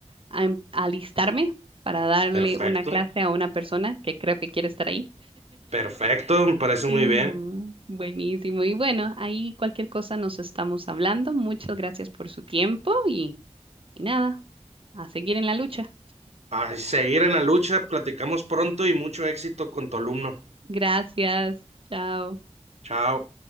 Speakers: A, on the right; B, on the right.
A: a em- a alistarme para darle
B: Perfecto,
A: una clase a una persona que creo que quiere estar ahí.
B: perfecto, me parece
A: Eh,
B: muy bien.
A: buenísimo. Y bueno, ahí cualquier cosa nos estamos hablando. Muchas gracias por su tiempo y, y nada, a seguir en la lucha.
B: A seguir en la lucha, platicamos pronto y mucho éxito con tu alumno.
A: Gracias. Chao.
B: Chao.